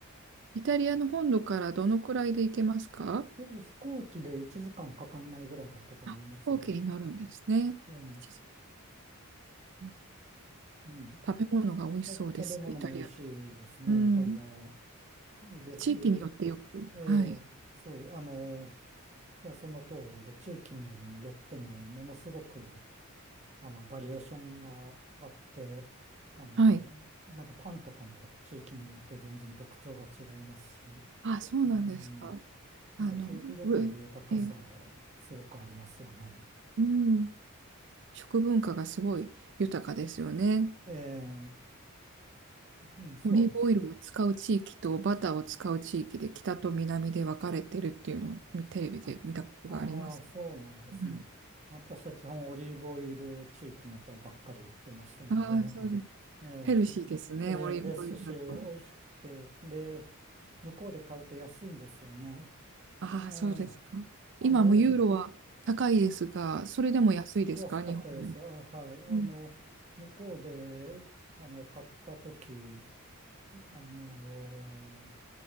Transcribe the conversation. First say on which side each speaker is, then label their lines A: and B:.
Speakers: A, on the right (about 55°); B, on the right (about 30°).
A: イタリアの本土からどのくらいで行けますか
B: で飛行機で1時間かんかかんないぐらいだったと思いますけど、
A: 飛行機になるんですね。
B: ええ、
A: 一時間
B: うん。
A: 食べ物が美味しそうです、
B: た食べ物も美味しいですね、
A: イタリア。うん。
B: イタリアは。いいですし、
A: 地域によってよく。
B: ええ、
A: はい。
B: そうう、あの、いや、その通りで、地域によっても、ものすごく、あの、バリエーションがあって、あの、
A: はい。
B: なんかパンとかも地域によって全然特徴が違いますし、
A: あ、そうなんですか。
B: うん。なんか地域ごとの豊かさ、
A: あの、うえ、
B: すごくありますよね。
A: うん。食文化がすごい豊かですよね。
B: ええ、うん、そうですね。
A: オリーブオイルを使う地域とバターを使う地域で北と南で分かれてるっていうのをテレビで見たことがあります。
B: あ、ああ、そうなんですね。
A: うん。
B: 私は基本オリーブオイル地域の方ばっかり行ってましたので、
A: ああ、そうです。
B: え
A: ヘルシーですね、
B: え、ええ、
A: オリーブオイルだと。
B: ですし、美味しくて、で、向こうで買うと安いんですよね。
A: ああ、
B: はい。
A: そうですか。
B: あの、
A: 今もユーロは高いですが、
B: え
A: それでも安いですか、
B: 安かったです。
A: 日本より。
B: あはい。あの、
A: うん。
B: 向こうで、あの、買ったとき、あの